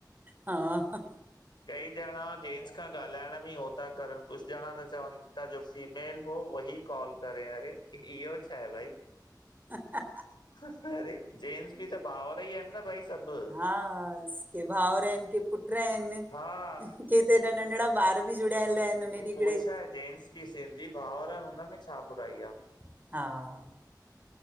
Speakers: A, on the right (about 25°); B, on the left (about 80°).
A: हा --
B: कई जणा। जेेंन्टस खां ॻाल्हाइण में ई हो था करन कुझ ॼणा त चवन था जो फीमेल हो उह ई कॉल करे अरे। इहो छा आहे भई।
A: ह।
B: अरे जेन्टस बि त भावर ई आहिन न भई। सभु
A: हा के भाऊर आहिन के पुट रहन --
B: हा --
A: केते हेॾा नंढढा ॿार बि जुड़ियल आहिन हुनिड़े।
B: पो छा आहे जेंट्स सिंधी भाउरन हुनमें छा बुराई आ।
A: हा --